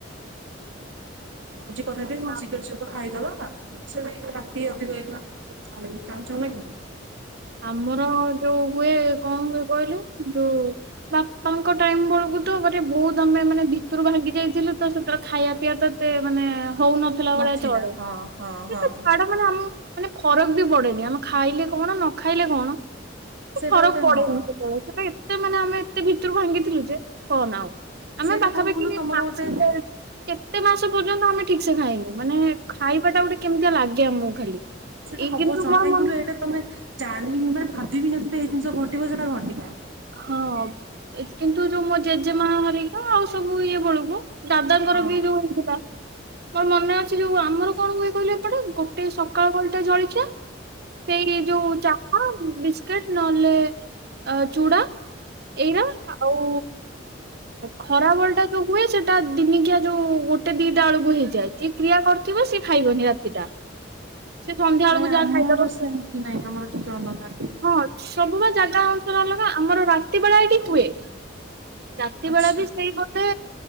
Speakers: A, on the right (about 80°); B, on the right (about 55°).
A: ଆଜି କଥା ହେଇ
B: ଆ-
A: ଶୀଘ୍ର ଶୀଘ୍ର ଖାଇଦବା ସେ ରାତି ଅଧିକ ହେଇଗଲା <unintelligible> ଚାଉ ଚାଉ ଲାଗିବନି।
B: ଆମର ଯୋଉ ହୁଏ କଣ ହୁଏ କହିଲୁ? ଯୋଉ ବାପାଙ୍କ ଟାଇମ ବେଳକୁ ତ ମଟେ ବହୁତ ଆମେ ମାନେ ଭିତରୁ ଭାଙ୍ଗି ଯାଇଥିଲୁ ତ ସେତେ ଖାଇବା ପିଇବା ତ ଏତେ ମାନେ ହଉନଥିଲା
A: ନଥିଲା
B: ଭଳିଆ ଚଳେ
A: ହଁ ହଁ
B: ସେତ
A: ହଁ
B: ଛାଡ ମାନେ ଆମ ମାନେ ଫରକ ବି ପଡେନି ଆମ ଖାଇଲେ କଣ ନ ଖାଇଲେ କଣ ସେ
A: ସେଇଟା
B: ଫରକ
A: ଗୋଟେ
B: ପଡେନି
A: ହଁ
B: ସେତେବେଳେ ସେ ଏତେ ମାନେ ଆମେ ଏତେ ଭିତରୁ ଭାଙ୍ଗିଥିଲୁ ଯେ କହନା ଆଉ। ଆମେ
A: ସେଇଟା
B: ପାଖାପାଖି
A: କଣ କହିଲୁ ତମର
B: ମାସେ
A: ଗୋଟେ
B: ଏ କେତେ ମାସ ପର୍ଯ୍ୟନ୍ତ ଆମେ ଠିକ ସେ ଖାଇନୁ ମାନେ ଖାଇବା ଟା ଗୋଟେ କେମିତି ଲାଗେ ଆମକୁ ଖାଲି
A: ସେଇଟା
B: ଏଇ
A: ହବ
B: କିନ୍ତୁ
A: ସ
B: ମୋର
A: କାହିଁ
B: ମନ
A: କହିଲୁ ଏଇଟା ତମେ ଯା <unintelligible> ଭାବିବିି ନଥିଲି ଏଇ ଜିନିଷ ଘଟିବ ସେଟା ଘଟିଲା।
B: ହଁ କିନ୍ତୁ ଯୋଉ ମୋ ଜେଜେମା ହେରିକା ଆଉ ସବୁ ଇଏ ବେଳକୁ ଦାଦାଙ୍କର
A: ହଁ
B: ବି ଯୋଉ ହେଇଥିଲା ତୋର ମନେ ଅଛି ଯୋଉ ଆମର କଣ ହୁଏ କହିଲେ ପେ ଗୋଟେ ସକାଳୁ ବଳଟେ ଜଳଖିଆ ସେଇ ଯୋଉ ଚାହା ବିସ୍କେଟ ନହେଲେ ଅ ଚୁଡ଼ା। ଏଇରା ଆଉ ଖରା ବେଳ ଟା ଯୋଉ ହୁଏ ସେ ଟା ଦିନିକିଆ ଯୋଉ ଗୋଟେ ଦିଟା ବେଳକୁ ହେଇଯାଏ ଯିଏ କ୍ରିୟା କରିଥିବ ସିଏ ଖାଇବନି ରାତିଟା ସେ ସନ୍ଧ୍ୟା ବେଳକୁ
A: ନାଇଁ
B: ଯାହା
A: ଆମର
B: ଖାଇଦବ
A: ସେମିତି
B: ଖାଇବ
A: ନାଇଁ ଆମରିକ ହମ <unintelligible>
B: ହଁ ସବୁ ବା ଚା ଆମର ରା େବେଡ଼ ଟ ହୁଏ <inaudible> ରାତି
A: ଆଚ୍ଛା
B: ବେଳା ବି ସେଇ ବୋଧେ